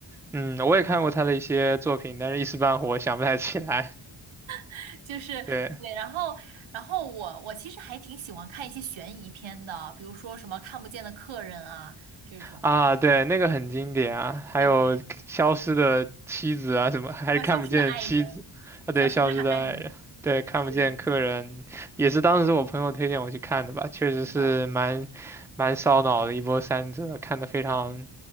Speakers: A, in the centre; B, on the right.
A: 嗯，我也看过她的一些作品，但是一时半会儿想不太起来。
B: <laughs> 就是对。
A: 对
B: 然后，然后我我其实还挺喜欢看一些悬疑片的，比如说什么《看不见的客人》啊这种。
A: 啊，对，那个很经典啊，还有消失的妻子啊，
B: 对对，
A: 什么还是看不见的妻子啊，
B: 叫消失的爱人，消失的爱人，
A: 对，消失的爱人，对，看不见客人，
B: 对，
A: 也是当时我朋友推荐我去看的吧，确实是蛮蛮烧脑的一波三折，
B: 是的，
A: 看的非常